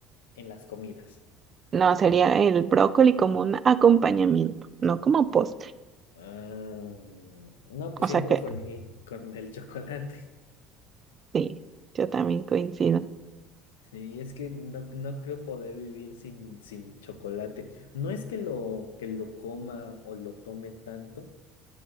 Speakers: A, on the left; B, on the right.
A: en las comidas.
B: No, sería el brócoli como un acompañamiento, no como postre.
A: Ah, no, pues
B: O
A: sí,
B: sea
A: el brócoli
B: que
A: con el chocolate. <laughs>
B: sí, yo también coincido.
A: Sí, es que no, no creo poder vivir sin, sin chocolate. No es que lo, que lo coma o lo tome tanto.